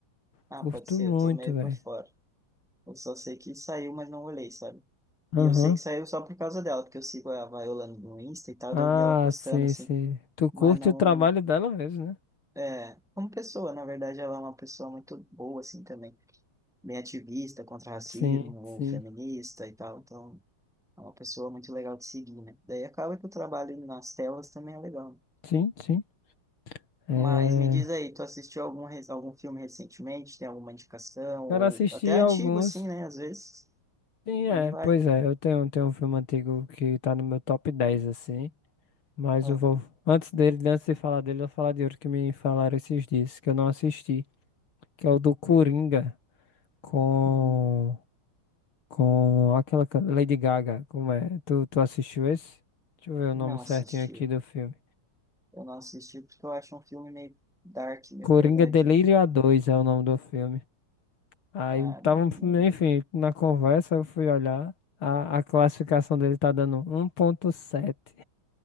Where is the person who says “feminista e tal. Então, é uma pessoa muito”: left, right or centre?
Centre